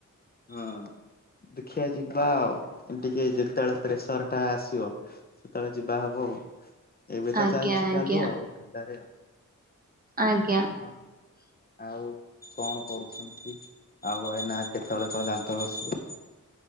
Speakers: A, on the left (about 30°); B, on the right (about 30°).
A: ହଁ। ଦେଖିବା ଯିବା ଆଉ, ଟିକେ ଯେତେବେଳେ ପ୍ରେସର ଟା ଆସିବ ସେତେବେଳେ ଯିବା ହବ। ଏବେ ତ
B: ଆଜ୍ଞା
A: ଚାଲିଛି
B: ଆଜ୍ଞା
A: ଚାଲୁ ଆଉ ଢିଲାରେ ଆଉ।
B: ଆଜ୍ଞା।
A: ହଁ ଆଉ କଣ କରୁଛନ୍ତି? ଆଉ ଏଇନା କେତେବେଳେ କଣ ଦାନ୍ତ ଘଷିଲେ?